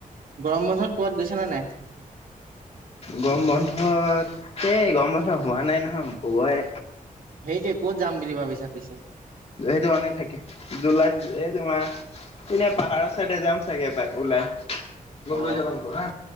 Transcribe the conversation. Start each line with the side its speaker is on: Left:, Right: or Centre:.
Right: গৰম বন্ধত ক'বাত গৈছা নে নাই
Left: গৰম বন্ধত এই গৰম বন্ধ হোৱা নাই নহয় হবহে
Right: সেইটোৱে কত যাম বুলি ভাবিছা পিছে
Left: সেইটো অনে থাকে জুলাইত এই তোমাৰ এনেই পাহাৰৰ ছাইডে যাম চাগে এপাক ওলাই লগ
Right: অ
Left: লৈ যাব আক হা